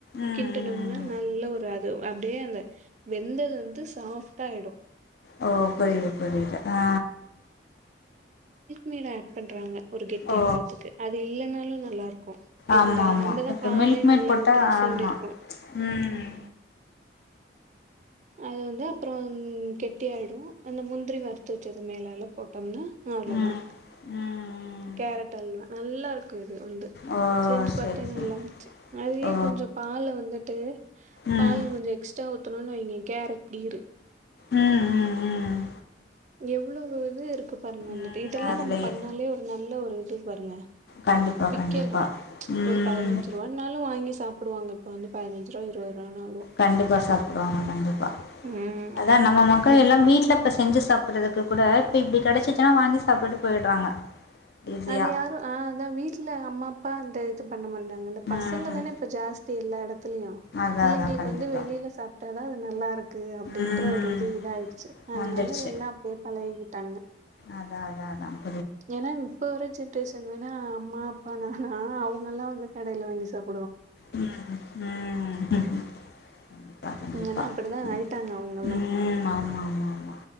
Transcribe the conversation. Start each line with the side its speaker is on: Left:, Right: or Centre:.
Left: ம்
Right: கிண்டணும்னா
Left: ம் ம்
Right: நல்ல ஒரு அது அப் டியே அந்த வெந்தது வந்து சாஃப் உத்தாயடு
Left: ஓ புரியுது புரியுது ஆ
Right: மீட ஆட் பண்றாங்க ஒரு கெட்டியா
Left: ஓ
Right: வர்றதுக்கு அது இல்லன்னாலு நல்லா இருக்கு இருந்தாலு
Left: ஆமா ஆமா
Right: நம்மதா
Left: இப்ப
Right: பாலே
Left: மில்க் மேட்
Right: நல்ல
Left: போட்டா
Right: உத்தரம் சூண்டிருக்கும்
Left: ஆமா ம்
Right: அது வந்து அப்புறம் கெட்டிாயிடு அந்த முந்திரி வறுத்து வச்சது மேலால போட்டோம்னா அவ்வளோதா
Left: ம் ம் ம்
Right: கேரட் அல் வா நல்லா இருக் கு வந்து
Left: ஓ
Right: செஞ்சு
Left: செரி
Right: பத்தே
Left: செரி
Right: நல்லா இருந்துச்சு அதே
Left: ஓ
Right: கொஞ்ச பால் வந்துட்டு
Left: ம்
Right: பால் கொஞ்ச எக்ஸ்ட்ரா சொன்னணு வைங்க கேரட் கீரு
Left: உம் உம் உம்
Right: எவ்வளவு இது இருக்கு பாருங்க வந்துட்டு
Left: ம்
Right: இதெல்லா
Left: அதுலயே
Right: நம்ம பண்ணாலே ஒரு நல்ல ஒரு இது பாருங்க
Left: கண்டிப்பா
Right: விக்கலா
Left: கண்டிப்பா. ம்.
Right: ஒரு பதினஞ்சு ரூபானாலும் வாங்கி சாப்ப படுவங்க இப்ப வந்து பதினஞ்ச ரூபா இருபது ரூபானாலு
Left: கண்டிப்பா சாப்பிடுவாங்க கண்டிப்பா
Right: ம்
Left: அதா நம்ம மக்கள்
Right: இத்-
Left: எல்லாம் வீட்டுல இப்ப செஞ்சு சாப்பிறதுக்கு கூட இப்ப இப்படி கிடைச்சிச்சுன்னா வாங்கி சாப்பிட்டு போயிடுறாங்க ஈஸியா.
Right: அது யாரு ஆ அதா வீட்டுல அம்மா அப்பா அந்த பண்ண மாட்டாங்க இந்த பசங்க
Left: ம்.
Right: தானே இப்ப ஜாஸ்தி எல்லா இடத்துலயு
Left: அதான்
Right: பிள்ளைங்களுக்கு
Left: அதான் கண்டிப்பா.
Right: வந்து வெளியில சாப்பிட்டாதா அது நல்லா இருக்கு அப்படின்ற
Left: ம்.
Right: ஒரு இது இதாயிடுச்சு அதனால
Left: வந்துருச்சு.
Right: எல்லா அப்படியே பழகிக்கிட்டாங்க
Left: அதா அதா அதா அதா
Right: ஏன்னா இப்ப வர ஜென்ரேஷன் வேணா அம்மா அப்பா நா அவ நல்லா வந்து கடைல வாங்கி சாப்
Left: உம் உம் கண்டிப்பா கண்டிப்பா
Right: இங்கன்னா அப்படிதா
Left: உ
Right: ஆயிட்டாங்க அவங்கல்லா
Left: உம் ஆமா ஆமாமா